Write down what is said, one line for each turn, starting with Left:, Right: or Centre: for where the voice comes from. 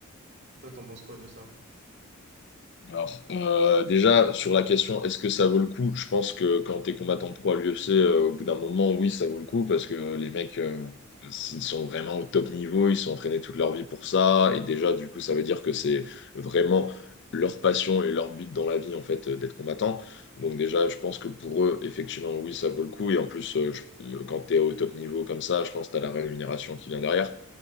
Right: Toi, t'en penses quoi de ça?
Left: Alors, euh, déjà, sur la question, est-ce que ça vaut le coup? Je pense que quand t'es combattant pro à l'UFC, euh, au bout d'un moment, oui, ça vaut le coup parce que les mecs, euh, s'ils sont vraiment au top niveau, ils sont entraînés toute leur vie pour ça. Et déjà, du coup, ça veut dire que c'est vraiment leur passion et leur but dans la vie, en fait, euh, d'être combattant. Donc, déjà, je pense que pour eux, effectivement, oui, ça vaut le coup. Et en plus, euh, je- euh, quand t'es au top niveau comme ça, je pense que t'as la rémunération qui vient derrière